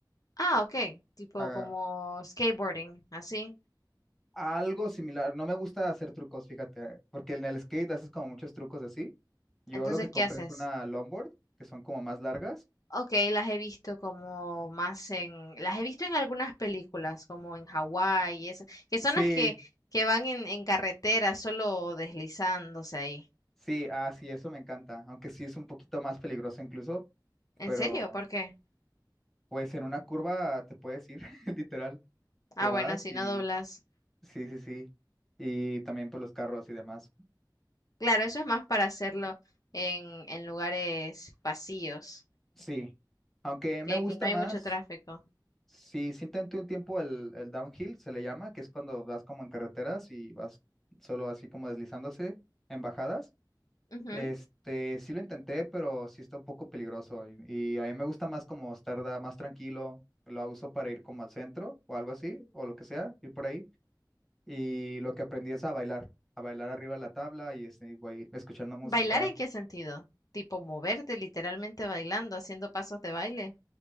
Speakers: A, on the left (about 50°); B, in the centre.
A: Ah, ok. Tipo
B: Ah,
A: como skateboarding, así.
B: Algo similar. No me gusta hacer trucos, fíjate, porque en el skate haces como muchos trucos así. Yo
A: Entonces,
B: lo que compré
A: ¿qué haces?
B: fue una longboard, que son como más largas.
A: Ok, las he visto como más en... Las he visto en algunas películas, como en Hawái y eso. Que
B: Sí,
A: son las que, que van en, en carretera, solo deslizándose ahí.
B: sí, ah, sí, eso me encanta. Aunque sí es un poquito más peligroso incluso,
A: ¿En
B: pero
A: serio? ¿Por qué?
B: pues en una curva te puedes ir, <laughs> literal.
A: Ah,
B: Te vas
A: bueno, si
B: y
A: no doblas.
B: sí, sí, sí. Y también por los carros y demás.
A: Claro, eso es más para hacerlo en, en lugares vacíos,
B: Sí. Aunque me
A: que,
B: gusta
A: que no hay
B: más
A: mucho tráfico.
B: Sí, sí intenté un tiempo el, el downhill, se le llama, que es cuando vas como en carreteras y vas solo así como deslizándose en bajadas.
A: Ujú.
B: Este, sí lo intenté, pero sí está un poco peligroso y, y a mí me gusta más como estar da- más tranquilo, lo uso para ir como al centro o algo así, o lo que sea, ir por ahí. Y lo que aprendí es a bailar, a bailar arriba de la tabla y este, voy escuchando música.
A: ¿Bailar en qué sentido? Tipo moverte literalmente bailando, haciendo pasos de baile.